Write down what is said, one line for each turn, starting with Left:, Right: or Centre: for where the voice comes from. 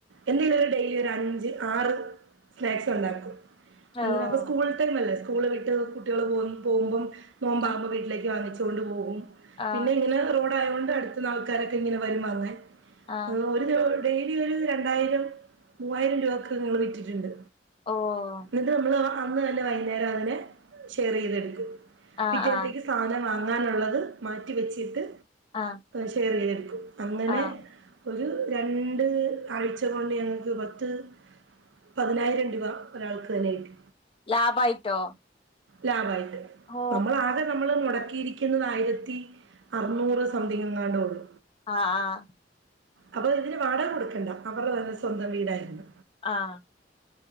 Right: എന്തെങ്കിലും ഒരു ഡെയ്ലി ഒരു അഞ്ച് ആറ് സ്നാക്സ് ഉണ്ടാക്കും
Left: ഓഹ്
Right: എന്താപ്പ സ്കൂൾ ട്ടയ്മല്ലെ സ്കൂള് വിട്ട് കുട്ടികൾ പോവു പോകുമ്പോ നോമ്പാകുമ്പോ
Left: ആഹ്
Right: വീട്ടിലേക്ക് വാങ്ങിചോണ്ട് പോകും.
Left: ആഹ്
Right: പിന്നെ ഇങ്ങനെ റോഡായോണ്ട് അടുത്ത്ന്ന് ആൾക്കാരൊക്കെ ഇങ്ങനെ വരുമങ്
Left: ആഹ്
Right: ഹ് ഒര് ഡെയ്ലി ഒര് രണ്ടായിരം മൂവായിരം രൂപക്ക് ഞങ്ങൾ വിറ്റിട്ടുണ്ട്.
Left: ഓഹ്
Right: ന്നട്ട് ന്നമ്മള് അന്ന് തന്നെ വൈകുന്നേരം തന്നെ ഷെയെർ ചെയ്തെടുക്കും
Left: ആഹ്
Right: പിറ്റെതിക്ക്
Left: ആഹ്
Right: സാനം വാങ്ങാനുള്ളത് മാറ്റിവെച്ചിട്ട്
Left: ആഹ്
Right: ഷെയർ ചെയ്തെടുക്കും അങ്ങനെ
Left: ആഹ്
Right: ഒരു രണ്ട് ആഴ്ച റ്റതോണ്ട് ഞങ്ങൾക്ക് പത്ത് പതിനായിരം രൂപ ഒരാൾക്ക് തന്നെകിട്ടി.
Left: ലാഭായിട്ടോ?
Right: ലാഭയിട്ട്
Left: ഓ
Right: ന്നമ്മളാകെ ന്നമ്മള് മൊടക്കിയിരിക്കുന്നത് ആയിരത്തി അർന്നൂറ് സംതിങ് എങ്ങാണ്ട് ഒള്ളു.
Left: ആഹ്, ആഹ്
Right: അപ്പൊ ഇതിന് വാടകകൊടുക്കണ്ട അവരുടെതന്നെ സ്വന്തംവീടായിരുന്നു.
Left: ആഹ്